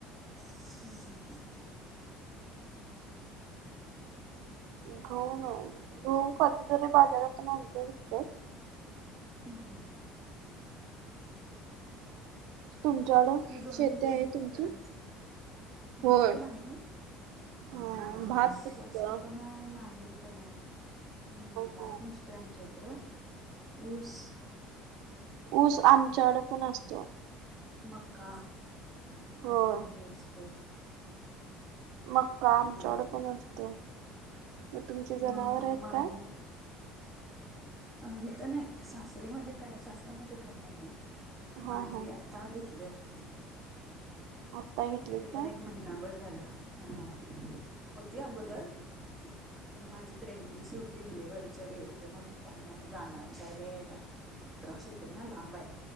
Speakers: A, in the centre; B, on the right.
A: हम्, हम्, हम्.
B: घऊ नाही. घऊ कधीतरी बाजारात आणतो विकत.
A: हम्म हम्म
B: तुमच्याकड
A: ती दोन्ही
B: शेती
A: मिक्स
B: आहे तुमची?
A: करायच. आमची
B: होय.
A: पण आहे.
B: हा भात
A: सासरी
B: पिकत हा
A: पनाय. माहेरी पनाय. हम्म. भात
B: हा
A: नसतोय आमच्या इकडं. ऊस
B: ऊस, आमच्याकड पण असतो.
A: मका
B: होय
A: आणि हे असतय
B: मक्का आमच्या
A: हम्म
B: कडं पण असतीय. म तुमचे जनावर
A: म
B: आहेत
A: माहेर
B: काय?
A: इथं नाही. सासरीमध्ये काय, सासऱ्यामध्ये काय नाहीये.
B: हा
A: माहेरी
B: हा
A: आ ता घेतलेत.
B: आत्ता घेतलीत
A: ते
B: काय?
A: पण एक महिनाभर झालं. ह. होती अगोदर. पण माझी प्रेग्नेन्सी होत ती डिलेव्हरीच्या वेळ ते नव्हती. त्यामुळ जाण, जायला- यायला. त्रास होतय ना. लांबाय.